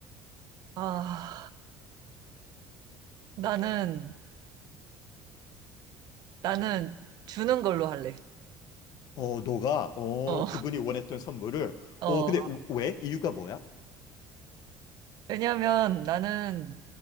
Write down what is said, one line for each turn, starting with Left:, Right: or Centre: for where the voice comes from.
Right: 아, 나는, 나는 주는 걸로 할래.
Left: 어, 너가, 어,
Right: 어,
Left: 그분이 원했던 선물을,
Right: 어.
Left: 어, 근데 우- 왜? 이유가 뭐야?
Right: 왜냐면 나는